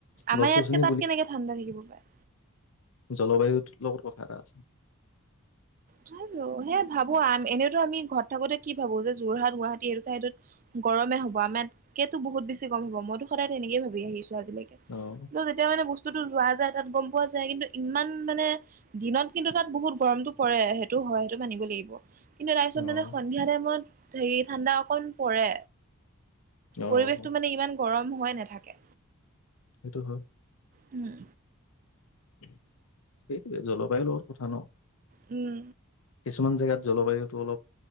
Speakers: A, on the right; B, on the left.
A: আমাৰ
B: গছ
A: ইয়াতকে
B: গছনি
A: তাত কেনেকে ঠাণ্ডা থাকিব পাৰে।
B: জলবায়ু টো লগত কথা এটা আছে।
A: সেইয়া ভাবো আ এনেইতো আমি ঘৰত থাকোতে কি ভাবো যে যোৰহাট গুৱাহাটী এইটো চাইডত, গৰমেই হ'ব আমাত কেইতো বহুত বেছি গৰম হ'ব মইতো সদায় তেনেকে ভাবি আহিছোঁ আজিলৈকে।
B: অ'।
A: কিন্তু যেতিয়া মানে বস্তুতটো যোৱা যায় তাত গ'ম পোৱা যায় কিন্তু ইমান মানে দিনত, কিন্তু তাত বহুত গৰমটো পৰে সেইটো হয় সেইটো মানিব লাগিব কিন্তু তাৰ পিছত
B: অ',
A: মানে সন্ধিয়া টাইমত হেৰি ঠাণ্ডা অকণ পৰে,
B: অ',
A: পৰিৱেশটো মানে ইমান, গৰম হৈ নাথাকে।
B: সেইটো হয়।
A: উম।
B: সেইটোৱে জলবায়ুৰ লগত কথা ন'।
A: উম
B: কিছুমান জেগাত জলবায়ুটো অলপ